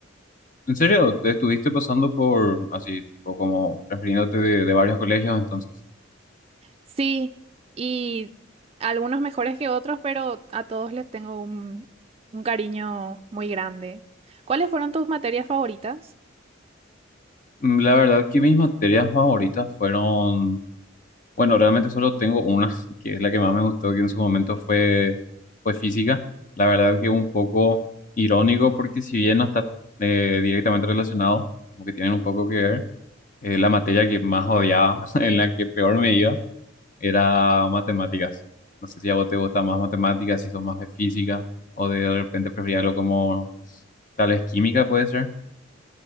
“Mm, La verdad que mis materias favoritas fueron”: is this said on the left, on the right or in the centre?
Left